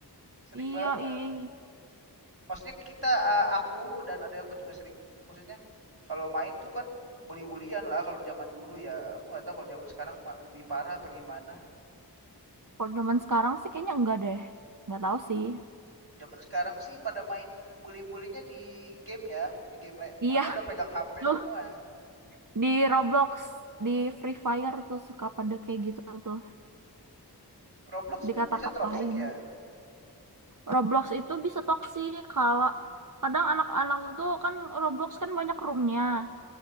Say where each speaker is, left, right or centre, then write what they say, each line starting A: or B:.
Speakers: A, on the right; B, on the right.
A: Sering
B: Iya,
A: banget.
B: ih.
A: Maksudnya kita a- aku dan adik aku juga sering maksudnya kalau main tuh kan bully-bullyan lah kalau zaman dulu ya. Aku nggak tahu kalau zaman sekarang ma- lebih parah apa gimana.
B: Kalau zaman sekarang sih kayaknya enggak deh. Nggak tahu sih.
A: Zaman sekarang sih pada main bully-bullynya di game ya, di game le-
B: Iya,
A: karena udah pegang HP
B: tuh
A: semua.
B: di Roblox, di Free Fire tuh suka pada kayak gitu tuh,
A: Roblox
B: dikata-katain.
A: belum bisa toxic ya.
B: Roblox itu bisa toksik kalau kadang anak-anak itu kan Roblox kan banyak roomnya.